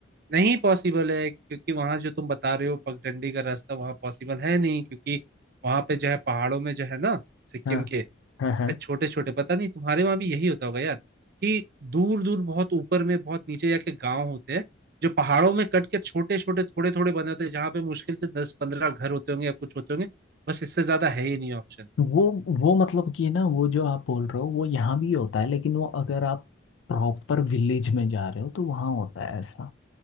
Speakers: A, on the right (about 50°); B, on the left (about 80°).
A: नहीं पॉसिबल है क्योंकि वहां जो तुम बता रहे हो पगडंडी का रास्ता वहां पॉसिबल है नहीं क्योंकि वहां पे जो है पहाड़ों में जो है ना सिक्किम
B: हाँ
A: के वहां
B: हाँ हाँ।
A: पे छोटे छोटे पता नहीं तुम्हारे वहां भी यही होता होगा यार कि दूर दूर बहुत ऊपर में बहुत नीचे जाके गांव होते हैं जो पहाड़ों में कट के छोटे छोटे थोड़े थोड़े बने होते हैं जहाँ पे मुश्किल से दस पंद्रह घर होते होंगे या कुछ होते होंगे बस इससे ज्यादा है ही नहीं ऑप्शन
B: वो वो मतलब कि ना वो जो आप बोल रहे हो वो यहाँ भी होता है लेकिन वो अगर आप प्रॉपर विलेज में जा रहे हो तो वहाँ होता है ऐसा